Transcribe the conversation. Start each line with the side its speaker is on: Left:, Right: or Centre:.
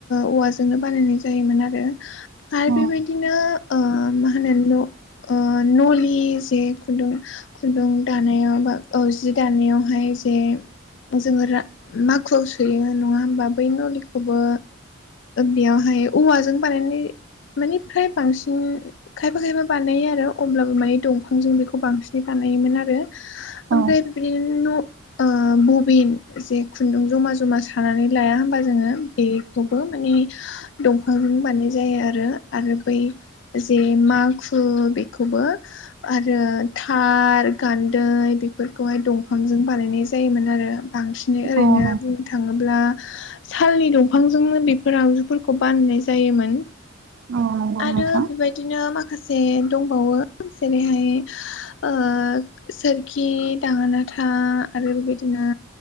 Left: औवाजोंनो बानायनाय जायोमोन आरो आरो
Right: औ
Left: बेबायदिनो मा होननानैल' ओ न'लि जे खुन्दुं खुन्दुं दानायाव बा जि दानायावहाय जे जोङो माखुआव सोयो नङा होमबा बै नलिखौबो बेयावहाय औवाजों बानायनाय माने फ्राय बांसिन खायफा खायफा बानायो आरो अब्लाबो माने दंफांजों बेखौ बांसिनै बानायोमोन आरो ओमफ्राय
Right: औ
Left: बिदिनो न' बबिन जे खुन्दुं जमा जमा सानानै लाया होमबा जोङो बेखौबो माने दंफां बानाय जायो आरो आरो बै जे माखु बेखौबो आरो थार गान्दै बेफोरखौहाय दंफांजों बानायनाय जायोमोन आरो बांसिनै ओरैनो
Right: औ नं
Left: थाङोब्ला सालनि दंफांनो बेफोर आगजुफोरखौ बानायनाय जायोमोन
Right: औ नंगौ
Left: आरो
Right: नोंथां
Left: बेबायदिनो माखासे जे दंबावो जेरैहाय सोरखि दाङोनाथा आरो बेबायदिनो